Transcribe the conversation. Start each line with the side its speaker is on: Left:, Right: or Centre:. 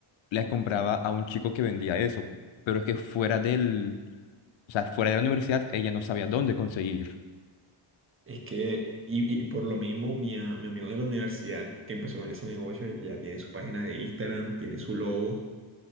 Left: le compraba a un chico que vendía eso, pero es que fuera del, o sea, fuera de la universidad ella no sabía dónde conseguir.
Right: Es que, y, y por lo mismo, mi, a- mi amigo de la universidad que empezó con ese negocio ya tiene su página de Instagram, tiene su logo,